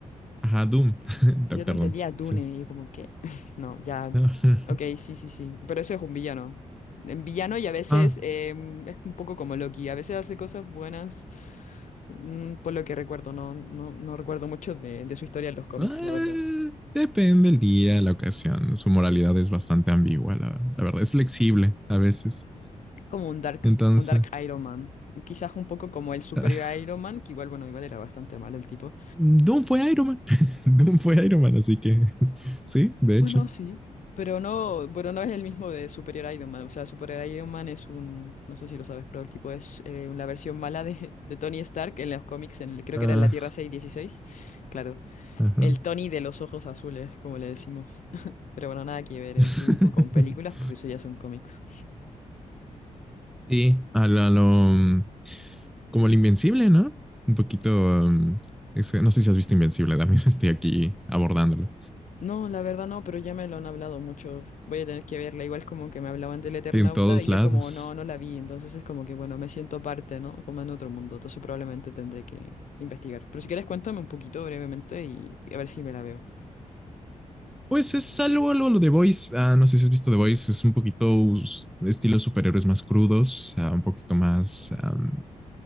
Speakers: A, in the centre; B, on the left.
A: Ajá, Doom. <laughs> Doctor
B: Yo te entendía
A: Doom.
B: Dune,
A: Sí.
B: y yo como que... <laughs> No, ya...
A: No. <laughs>
B: Ok, sí, sí, sí. Pero eso es un villano. En villano y a veces
A: Ajá.
B: em, es un poco como Loki. A veces hace cosas buenas, mm, por lo que recuerdo. No, no, no recuerdo mucho de, de su historia en los cómics,
A: Ah,
B: la verdad.
A: depende el día, la ocasión. Su moralidad es bastante ambigua, la, la verdad. Es flexible a veces.
B: Como un Dark,
A: Entonces,
B: un Dark Iron Man. Quizás un poco como el superior
A: ah,
B: Iron Man, que igual, bueno, igual era bastante malo el tipo.
A: Doom fue Iron Man. <laughs> Doom fue Iron Man, así que <laughs> sí, de
B: Bueno,
A: hecho.
B: sí. Pero no, pero no es el mismo de Superior Iron Man. O sea, Superior Iron Man es un, no sé si lo sabes, pero el tipo es eh, la versión mala de, de Tony Stark en los cómics, en el- creo
A: Ah,
B: que era en la Tierra 616. Claro,
A: ajá.
B: el Tony de los ojos azules, como le decimos. Pero bueno, nada que ver en
A: <laughs>
B: sí mismo con películas, porque eso ya son cómics.
A: Sí, a lo, a lo- como el Invencible, ¿no? Un poquito. um, ese- no sé si has visto Invencible, también <laughs> estoy aquí abordándolo.
B: No, la verdad no, pero ya me lo han hablado mucho. Voy a tener que verla, igual como que me hablaban del Eternauta
A: En todos
B: y yo
A: lados.
B: como no, no la vi, entonces es como que bueno, me siento aparte, ¿no? Como en otro mundo, entonces probablemente tendré que investigar. Pero si quieres cuéntame un poquito brevemente y y a ver si me la veo.
A: Pues es algo, algo lo de Voice. Ah, no sé si has visto The Voice, es un poquito us- estilo superhéroes más crudos, ah, un poquito más, am,